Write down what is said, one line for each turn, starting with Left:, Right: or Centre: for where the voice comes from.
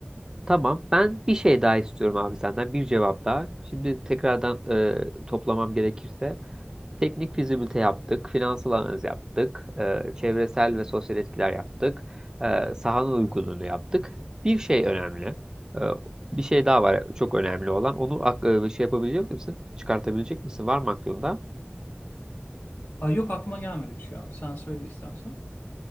Right: Tamam. Ben bir şey daha istiyorum abi senden. Bir cevap daha. Şimdi tekrardan e, toplamam gerekirse. Teknik fizibilite yaptık. Finansal analiz yaptık. e, çevresel ve sosyal etkiler yaptık. E, sahanın uygunluğunu yaptık. Bir şey önemli. E, bir şey daha var çok önemli olan. Onu ak- e, şey yapabilecek misin? Çıkartabilecek misin? Var mı aklında?
Left: Aa, yok aklıma gelmedi bir şey abi. Sen söyle istersen.